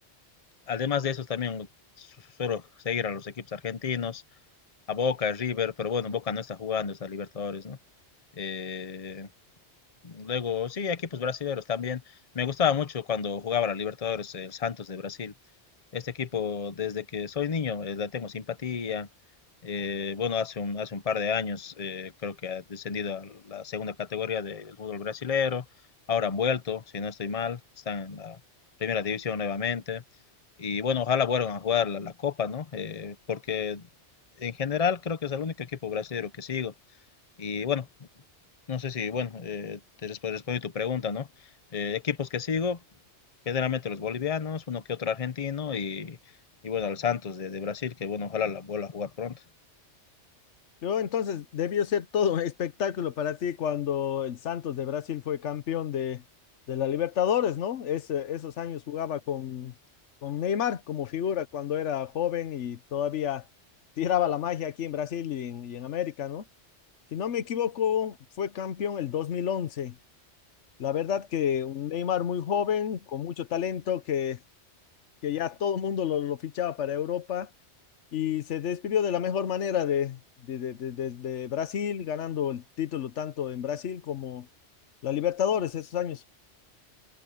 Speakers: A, on the left (about 35°); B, on the left (about 90°).
A: además de eso, también su- suelo seguir a los equipos argentinos, a Boca, a River, pero bueno, Boca no está jugando, está Libertadores, ¿no? Eh, Luego, sí, equipos brasileños también. Me gustaba mucho cuando jugaba la Libertadores, el Santos de Brasil. Este equipo, desde que soy niño, eh, le tengo simpatía. Eh, bueno, hace un, hace un par de años eh, creo que ha descendido a la segunda categoría del fútbol brasilero. Ahora han vuelto, si no estoy mal, están en la primera división nuevamente. Y bueno, ojalá vuelvan a jugar la, la Copa, ¿no? Eh, porque en general creo que es el único equipo brasileño que sigo. Y bueno, no sé si, bueno, eh, te resp- respondo tu pregunta, ¿no? Eh, equipos que sigo, generalmente los bolivianos, uno que otro argentino y, y bueno, el Santos de, de Brasil, que bueno, ojalá la vuelva a jugar pronto.
B: Yo entonces debió ser todo un espectáculo para ti cuando el Santos de Brasil fue campeón de, de la Libertadores, ¿no? Ese- esos años jugaba con, con Neymar como figura cuando era joven y todavía tiraba la magia aquí en Brasil y en, y en América, ¿no? Si no me equivoco, fue campeón el 2011. La verdad que un Neymar muy joven, con mucho talento, que que ya todo el mundo lo, lo fichaba para Europa y se despidió de la mejor manera de, de, de- de- de- de Brasil, ganando el título tanto en Brasil como la Libertadores esos años.